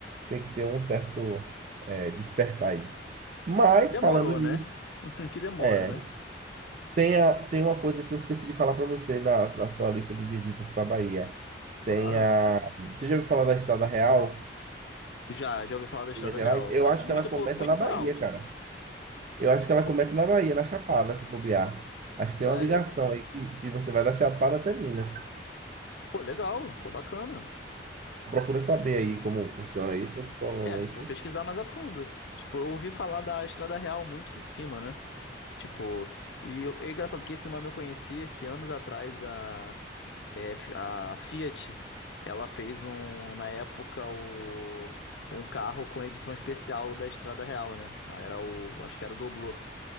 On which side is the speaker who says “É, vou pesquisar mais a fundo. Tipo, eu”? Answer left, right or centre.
Left